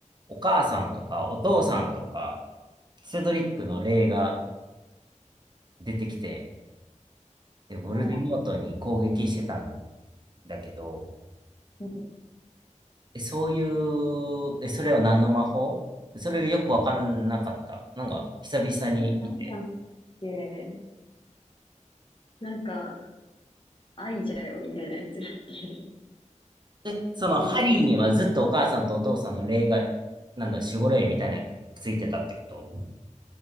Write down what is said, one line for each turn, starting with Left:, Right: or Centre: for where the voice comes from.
Right: お母さんとかお父さんとか、セドリックの霊が出てきて、で、ボルデモートに攻撃してたん
Left: も
Right: だけど、
Left: う、う
Right: え、そういう、え、それは何の魔法それがよくわかんなかった。なんか、久々に見て。
Left: ん。え、誰だっけなんか、愛じゃよ、みたいなやつだっけ
Right: え、
Left: <laughs>
Right: その、ハリーにはずっとお母さんとお父さんの霊が、
Left: 違うか。
Right: なんだ、守護霊みたいなのについてたってこと